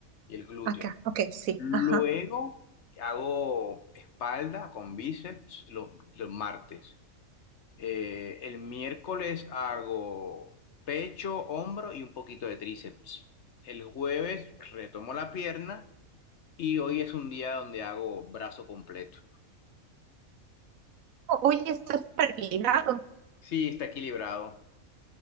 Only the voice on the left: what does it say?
y el glúteo.
Luego
hago espalda con bíceps lo- los, martes. Eh, el miércoles hago pecho, hombro y un poquito de tríceps. El jueves retomo la pierna y hoy es un día donde hago brazo completo.
Sí, está equilibrado.